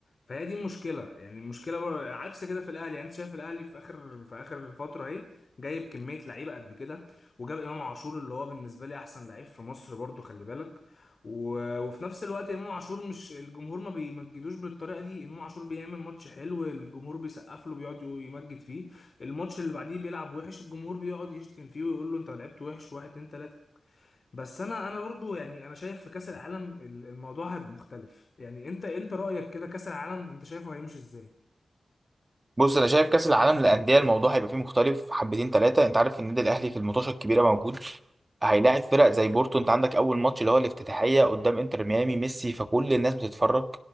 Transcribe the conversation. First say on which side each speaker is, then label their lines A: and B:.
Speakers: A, on the left; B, on the right.
A: فهي دي المشكله يعني المشكله بر... عكس كده في الاهلي يعني انت شايف الاهلي في اخر في اخر فتره اهي جايب كميه لعيبه قد كده وجاب امام عاشور اللي هو بالنسبه لي احسن لعيب في مصر برضو خلي بالك و... وفي نفس الوقت امام عاشور مش الجمهور ما بيمجدوش بالطريقه دي امام عاشور بيعمل ماتش حلو الجمهور بيسقف له بيقعد يقول- يمجد فيه الماتش اللي بعديه بيلعب وحش الجمهور بيقعد يشتم فيه ويقول له انت لعبت وحش واحد اتنين تلاته بس انا انا برضو يعني انا شايف في كاس العالم ال- الموضوع هيبقى مختلف يعني انت انت رايك كده كاس العالم انت شايفه هيمشي ازاي
B: بص انا شايف كاس العالم للانديه الموضوع هيبقى فيه مختلف حبتين ثلاثه انت عارف النادي الاهلي في الماتشات الكبيره موجود هيلاعب فرق زي بورتو انت عندك اول ماتش اللي هو الافتتاحيه قدام انتر ميامي ميسي فكل الناس بتتفرج